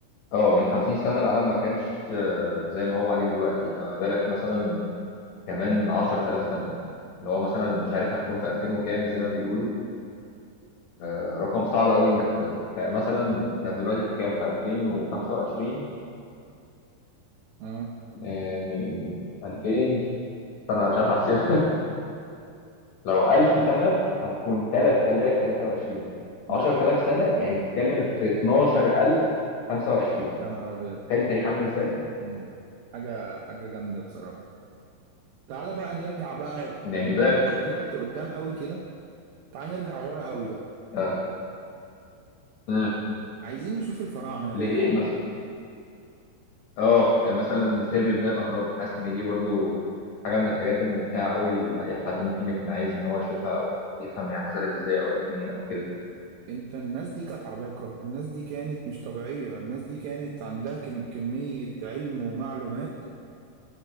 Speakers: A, on the left; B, on the right.
A: اه من 50 سنة العالم ما كانش آه، زي ما هو عليه دلوقتي فما بالك مثلا كمان 10000 سنة اللي هو مثلا مش عارف هتكون في 2000 وكام زي ما بيقولوا آه، رقم صعب قوي انك ت- مثلا احنا دلوقتي في كام في 2025
B: اه
A: آه، م- م- 2000 استنى أنا مش عارف احسب لو 1000 سنة هتكون 3023
B: ده
A: 10000 سنة يعني بتتكلم في 12025
B: يا نهار ابيض
A: تخيل التاريخ عامل ازاي؟
B: مم. حاجة حاجة جامدة بصراحة تعالى بقى نرجع بقى
A: يعني
B: بما
A: ده
B: ان انت طلعت قدام قوي كده تعال نرجع ورا قوي بقى
A: آه. امم
B: عايزين نشوف الفراعنة يا باشا
A: لإيه مثلا؟ اه مثلا سر بناء الاهرام حاسس ان دي برضو حاجه من الحاجات الممتعه قوي لاي حد ممكن يكون عايز ان هو يشوفها او يفهم هي حصلت ازاي او جت منين او كده
B: انت الناس دي كانت عباقرة الناس دي كانت مش طبيعية الناس دي كانت عندها كم كمية علم ومعلومات